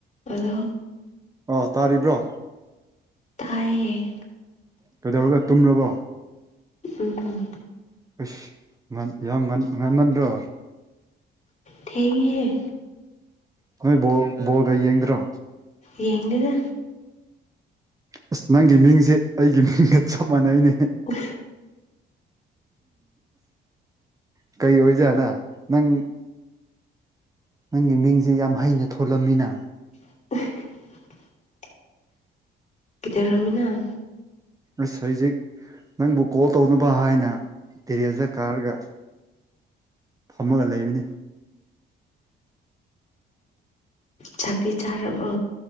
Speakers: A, on the left (about 35°); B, on the right (about 15°).
A: Hello
B: ꯑ ꯇꯥꯔꯤꯕ꯭ꯔꯣ
A: ꯇꯌꯦꯦ
B: ꯀꯩꯗꯧꯔꯒ ꯇꯨꯝꯂꯔꯕꯣ
A: ꯎꯝ
B: ꯑꯁ ꯌꯥꯝ ꯃꯥꯟꯃꯟ꯭ꯔꯣ
A: ꯊꯦꯡꯌꯦ
B: ꯅꯣꯏꯣ ꯣꯒꯏꯌꯦ ꯏꯗ꯭ꯔꯣ
A: ꯌꯦꯡꯒꯗ
B: ꯑꯁ ꯅꯪꯒꯤ ꯃꯤꯡꯁꯦ ꯑꯩꯒꯤ ꯃꯤꯡꯒ ꯆꯞ ꯃꯥꯟꯅꯩ ꯑꯩꯅꯦ
A: ꯑꯣ
B: ꯑ ꯀꯩ ꯑꯣꯏꯖꯥꯠꯂ ꯅꯪ ꯅꯪꯒꯤ ꯃꯤꯡꯁ ꯌꯥꯝ ꯍꯩꯅ ꯊꯣꯜꯂꯝꯃꯤꯅ
A: <inaudible> ꯀꯗꯧꯔꯝꯃꯤꯅꫭ
B: ꯑꯁ ꯍꯧꯖꯤꯛ ꯅꯪꯕꯨ ꯀꯣꯜ ꯇꯧꯅꯕ ꯍꯥꯏꯅ ꯇꯦꯔꯦꯖꯗ ꯀꯥꯔꯒ ꯐꯝꯃꯒ ꯂꯩꯕꯅꯤ
A: ꯆꯥꯛꯀꯤ ꯆꯥꯔꯔꯕ